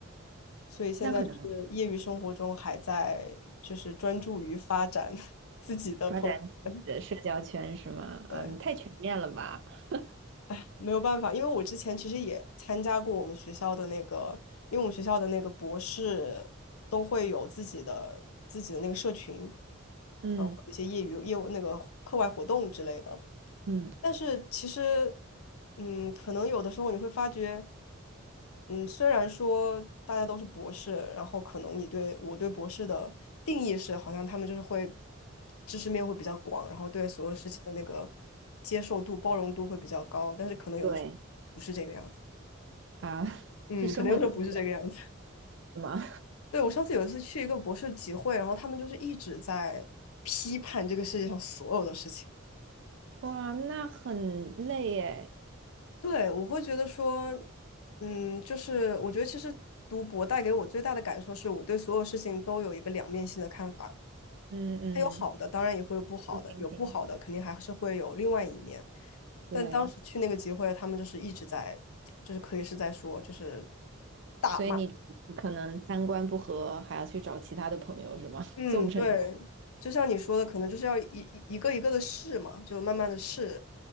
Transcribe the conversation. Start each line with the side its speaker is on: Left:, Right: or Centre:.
Left: 所以现在就是业余生活中还在就是专注于发展
Right: 那可能
Left: <laughs> 自己的朋友圈，
Right: 发展自己的社交圈是吗？
Left: 对。
Right: 嗯，你太全面了吧？<laughs>
Left: 哎，没有办法，因为我之前其实也参加过我们学校的那个，因为我们学校的那个博士都会有自己的自己的那个社群，
Right: 嗯
Left: 然后会有一些业余业务那个课外活动之类的。
Right: 嗯，
Left: 但是其实，嗯，可能有的时候你会发觉，嗯，虽然说大家都是博士，然后可能你对我对博士的定义是，好像他们就是会知识面会比较广，然后对所有事情的那个接受度、包容度会比较高，但是可能有的时候不是这个样子。
Right: 对，啊，<laughs>
Left: 嗯，
Right: 是生活能力
Left: 可能有的时候不是这个样子。
Right: 是吗？
Left: <laughs> 对，我上次有一次去一个博士集会，然后他们就是一直在批判这个世界上所有的事情。
Right: <laughs> 哇，那很累耶。
Left: 对，我会觉得说，嗯，就是我觉得其实读博带给我最大的感受是我对所有事情都有一个两面性的看法。
Right: 嗯嗯，
Left: 它有好的，当然也会有不好的，
Right: 不 t
Left: 有不好的肯定还是会有另外一面。
Right: h 对。
Left: 但当时去那个集会，他们就是一直在，就是可以是在说，就是大骂。
Right: 所以你可能三观不合，还要去找其他的朋友是吗？<laughs>
Left: 嗯，
Right: 做不成朋友。
Left: 对，就像你说的，可能就是要一一一个一个的试嘛，就慢慢的试，